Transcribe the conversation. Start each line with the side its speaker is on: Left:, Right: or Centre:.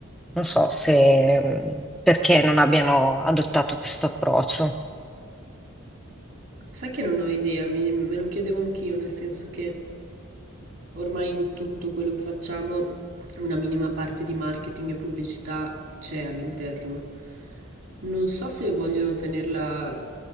Centre: Non so se mh, perché non abbiano adottato questo approccio.
Right: Sai che non ho idea, mi- me lo chiedevo anch'io, nel senso che Ormai in tutto quello che facciamo una minima parte di marketing e pubblicità c'è all'interno. Non so se vogliono tenerla